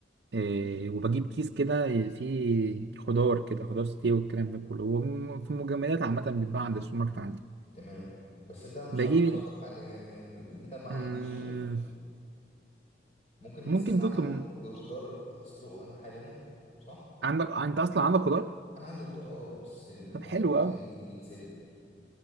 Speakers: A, on the right; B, on the left.
A: آه وبجيب كيس كده فيه خضار كده خضار ستيه والكلام ده كله وفي المجمدات عامه بيتباع عند السوبر ماركت عندي
B: تمام بس ده مش
A: بجيب
B: عارف اوصله
A: ال-
B: حاليا يعني <laughs> ده ما عنديش
A: مم،
B: للاسف ممكن
A: ممكن
B: نستغنى
A: تطلب
B: عنه بخضار اسلقه انا حاليا صح
A: عندك انت اصلا عندك خضار
B: انا عندي خضار اه بس محتاج
A: طب حلو
B: بقى
A: قوي
B: يتسلق